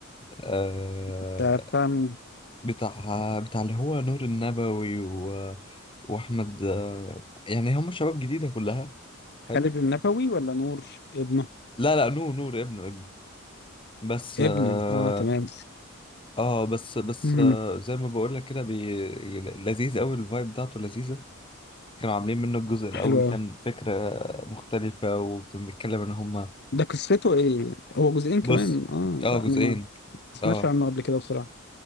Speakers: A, on the left; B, on the left.
A: آه،
B: انت بتاع مين؟
A: بتاع بتاع اللي هو نور النبوي و... وأحمد آه، يعني هم شباب جديدة كلها حلو
B: خالد النبوي ولا نور ابنه
A: لا لا نور نور ابنه ابنه بس
B: ابنه
A: اه
B: اه تمام
A: آه، بس بس
B: امم
A: آه زي ما بقول لك كده بي... لذيذ قوي الفايب بتاعته لذيذة كانوا عاملين منه الجزء الأول
B: حلو
A: كان
B: أوي.
A: فكرة مختلفة وكان بيتكلم إن هما
B: ده قصته ايه هو جزئين
A: بص
B: كمان اه
A: اه
B: لا
A: جزئين
B: انا ما سمعتش
A: اه
B: عنه قبل كده بصراحة